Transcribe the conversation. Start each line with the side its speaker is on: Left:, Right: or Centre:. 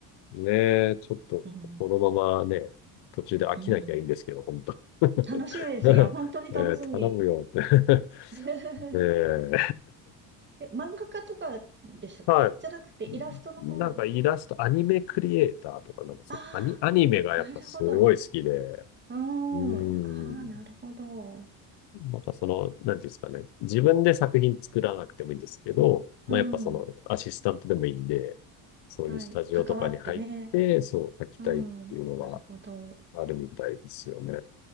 Left: ねえ、ちょっと、
Right: うん。
Left: このままね、途中で飽きなきゃいいんですけど、
Right: うん。
Left: 本当 <laughs>
Right: 楽しみです。
Left: ねえ頼むよって
Right: いや、本当に楽しみ。
Left: <laughs> ね
Right: <laughs>
Left: え
Right: え、漫画家とかでしたっけじゃなくて、
Left: <laughs> はい。
Right: イラストの方。
Left: なんかイラスト、アニメクリエイターとか、なんかそうアニ、
Right: あ
Left: アニメがやっぱすごい好きで、
Right: あ、なるほど。
Left: う
Right: うーん。
Left: ーん。
Right: ああ、なるほど。
Left: なんかその、なんていうんですかね。自分で作品作らなくてもいいんですけど、まあやっぱそのアシスタントでもいいんで、
Right: うん。
Left: そういうスタジオとかに入って、
Right: はい。関わってね。
Left: そう書きたいっていうのが
Right: うん。なるほど。
Left: あるみたいですよね。